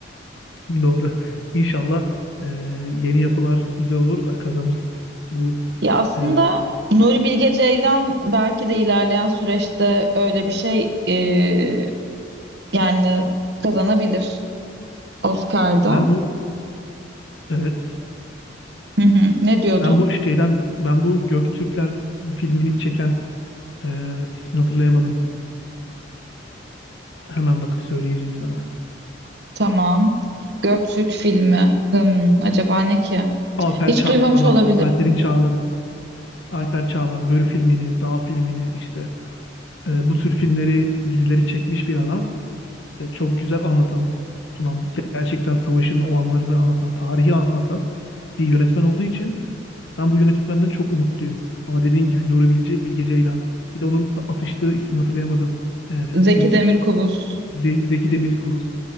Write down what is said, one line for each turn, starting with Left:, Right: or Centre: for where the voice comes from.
Left: <laughs> Doğru. İnşallah e, yeni yapılar güzel olur da kazanırız. Bu
Right: Ya aslında
Left: e,
Right: Nuri Bilge Ceylan belki de ilerleyen süreçte öyle bir şey e, yani kazanabilir Oscar'da.
Left: ben bu evet
Right: Hı hı. Ne diyordun?
Left: ben bu şeyden ben bu Göktürkler filmini çeken e, ismini hatırlayamadım. Hemen bakıp söyleyeceğim sana.
Right: Tamam. Göktürk filmi. Hım, acaba ne ki?
Left: Alper
Right: Hiç
Left: Çağlar,
Right: duymamış olabilirim.
Left: Alper'in Çağları, Alper Çağlar, Börü filmini, Dağ filmini işte e, bu tür filmleri, dizileri çekmiş bir adam ve çok güzel anlatan, sunan, gerçekten savaşın o anlarını anlatan, tarihi anlatan bir yönetmen olduğu için ben bu yönetmenden çok umutluyum. Ama dediğin gibi Nuri Bilge, Bilge Ceylan, bir de onun atıştığı ismini hatırlayamadım. E,
Right: Zeki
Left: bir
Right: Demirkubuz.
Left: Ze- Zeki Demirkubuz.